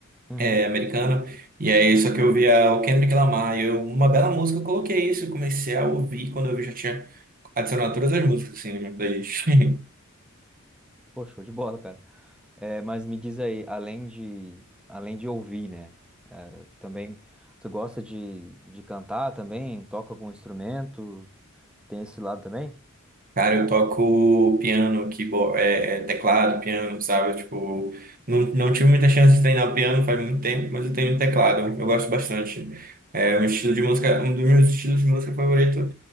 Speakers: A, in the centre; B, on the right.
A: Uhum.
B: é, americano, e aí só que eu via o Kendrick Lamar, e eu, uma bela música, eu coloquei isso, eu comecei a ouvir, quando eu vi já tinha adicionado todas as músicas, assim, na minha playlist. <laughs>
A: Pô, show de bola, cara. É, mas me diz aí, além de, além de ouvir, né? é, também, tu gosta de, de cantar também? Toca algum instrumento? Tem esse lado também?
B: Cara, eu toco piano, keyboard, é, é, teclado, piano, sabe? Eu, Tipo, não, não tive muita chance de treinar piano faz muito tempo, mas eu tenho teclado, eu gosto bastante. É um estilo de música, um dos meus estilos de música favorito